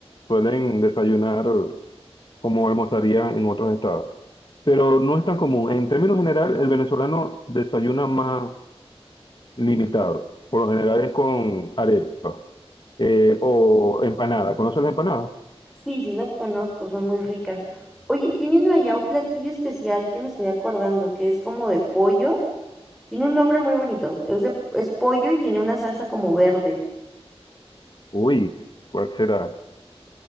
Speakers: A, on the left; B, in the centre.
A: suelen desayunar como almorzarían en otros estados. Pero no es tan común. En términos general, el venezolano desayuna más limitado. Por lo general es con arepa. Eh, o empanada. ¿Conoces la empanada?
B: Sí, sí las conozco, son muy ricas. Oye, tienen allá un platillo especial que me estoy acordando, que es como de pollo Tiene un nombre muy bonito. Es, de, es pollo y tiene una salsa como verde.
A: Uy, ¿cuál será?